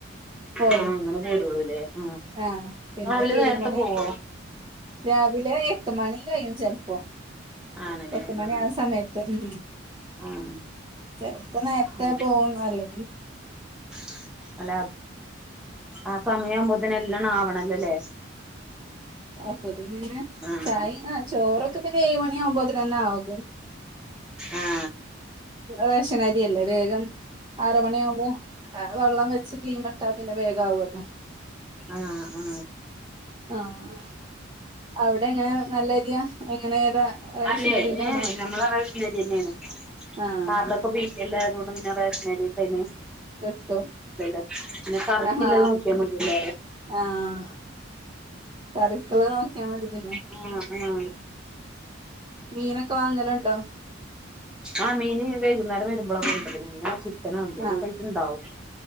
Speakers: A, on the right; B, in the centre.
A: ഹോ
B: ആഹ് അങ്ങനെ പോരുള്ളൂല്ലേ ആഹ്
A: ആഹ പിന്നെ
B: രാവിലെ
A: ഏഴ്
B: നേരത്തെ
A: മണി
B: പോവോ
A: രാവിലെ എട്ട് മണി കഴിയും ചിലപ്പോ പോ
B: ആണല്ലേ
A: എട്ട് മണി
B: ആഹ്
A: ആ സമയത്ത് ഉം
B: ആഹ്
A: ചെലപ്പോ നേരത്തെ
B: ഉം
A: പോവുന്നല്ലെ
B: <unintelligible> ആ സമയ ആകുമ്പോതിനെ എല്ലാംണം ആവണല്ലോല്ലേ
A: അപ്പൊതിന് പിന്നെ
B: ആഹ്
A: ചായ ആ ചോറൊക്കെ പിന്നെ ഏഴ് മണി ആകുമ്പോ തിനന്നേ ആകും
B: ആ
A: റേഷനരിയല്ലേ വേഗം ആറ് മണിയവുമ്പോ വെള്ളം വെ കുറച്ചു തീമട്ട പിന്നെ വേഗം ആവല്ലോ
B: ആഹ ആ
A: ആഹ അവിടെ എങ്ങനെ നല്ല അരിയാ എങ്ങനെ ഏതാ റേഷനരിന്നെയാണോ
B: അല്ലെ ഏഹ് നമ്മളവിടെ റേഷൻ അരിന്നെയാണ്
A: ആഹ്
B: കാർടെക്കെ ബിപിൽ അയതുകൊണ്ട് പിന്ന
A: കിട്ടും
B: <unintelligible> പിന്നെ കരിക്കില്ലത്
A: ആഹാ
B: നോക്കിയ മതിയല്ലെ
A: ആഹ് കറിക്കുള്ളത് നോക്കിയാൽ മതി പിന്നെ
B: ആ ആ
A: മീനൊക്കെ വാങ്ങലുണ്ടോ?
B: ആ മീന് വേകുന്നേരം വരുമ്പോ <unintelligible> ചിക്കനോ എന്തങ്കിലും
A: ആഹ്
B: ആയിട്ട്ട്ടുണ്ടാവും